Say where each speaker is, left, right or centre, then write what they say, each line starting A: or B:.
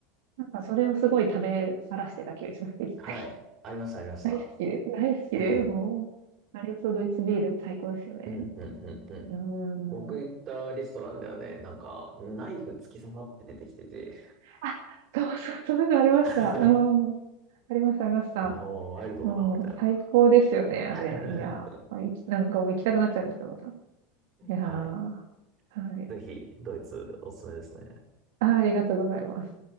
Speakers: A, on the right (about 75°); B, on the right (about 40°).
A: なんかそれをすごい食べらしてた気がします。<laughs> 一回
B: はい。ありました、ありました。
A: 大好きです。大好きで、
B: うん。
A: もう。あれとドイツビール最高ですよね。
B: うんうんうんうん。
A: うん。
B: 僕行ったレストランではね、なんか、ナイフ突き刺さって出てきてて。
A: あ、そうそう、そういうのありました。
B: <laughs>
A: うん。ありました、ありました。
B: あおー、ワイルドだな、
A: うん、
B: みたいな。
A: 最高ですよね、あれ。
B: <laughs>
A: いや、いなんかもう行きたくなっちゃいました、また。いやー、
B: はい。
A: はい。
B: ぜひ、ドイツおすすめですね。
A: あ、ありがとうございます。